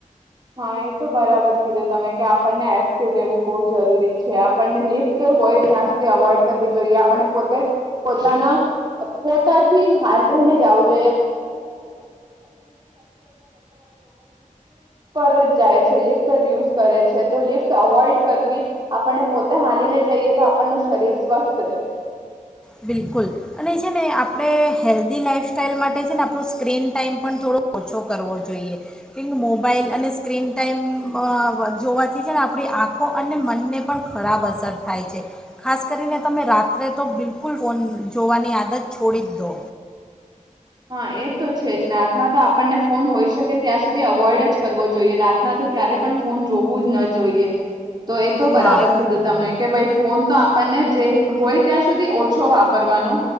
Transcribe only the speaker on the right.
હા એ તો બરાબર કીધું તમે કે આપણને એક્ટિવ રહેવું બ જરૂરી છે આપણને લિફ્ટ હોય જ્યાં સુધી અવોઈડ કરવી જોઈએ આપણને પોતે પોતાના પોતાથી હાથ ધઈને જાવું પર જ જાય છે લિફ્ટ જ યુઝ કરે છે તો લિફ્ટ અવોઈડ કરવી આપણને પોતે હાલીને જઈએ તો આપણ ન શરીર સ્વસ્થ રહે.
હા એ તો છે રાતમાં તો આપણને ફોન હોય શકે ત્યાં સુધી અવોઇડ જ કરવો જોઈએ. રા ના તો ક્યારેય પણ ફોન જોવું જ ન જોઈએ. તો એ તો બરાબર
કીધું તમે કે ભાઈ ફોન તો આપણને જે હોય ત્યાં સુધી ઓછો વાપ કરવાનો